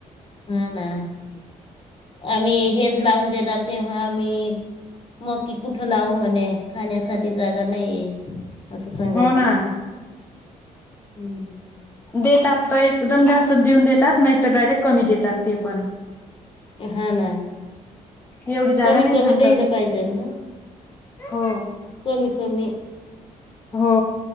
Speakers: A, on the left (about 40°); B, on the left (about 15°).
A: हाना. आम्ही हेज लावून देणार तेव्हा आम्ही मग की कुठं लावू म्हणे खाण्यासाठी जागा नाहीये. असं सांगायचे.
B: हो ना.
A: हम!
B: देतात त एकदम जास्त देऊन देतात नाहीत डायरेक्ट कमी देतात ते पण.
A: अ हा ना!
B: एवढी जागा
A: कमी
B: नाही
A: कमी
B: सांगतात
A: द्यायला पाहिजेल ना
B: हो
A: कमी कमी.
B: हो!